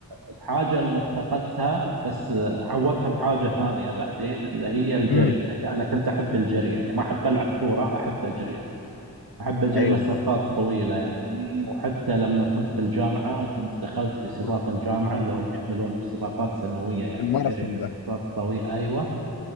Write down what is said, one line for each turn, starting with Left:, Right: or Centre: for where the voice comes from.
Right: الحاجة اللي افتقدتها بس آه، عوضتها بحاجة ثانية بعدين اللي هي الجري
Left: امم
Right: أنا ك- أنا كنت أحب الجري يعني ما أحب ألعب كورة أحب أجري أحب أجري
Left: ايوه
Right: مسافات
Left: ما شاء
Right: طويلة يعني وحتى لما كنت في الجامعة كنت دخلت في سباق
Left: الله.
Right: الجامعة اللي هم يعملون سباقات سنوية يعني
Left: <laughs> الماراثون
Right: جري مسافات
Left: ده
Right: طويلة أيوة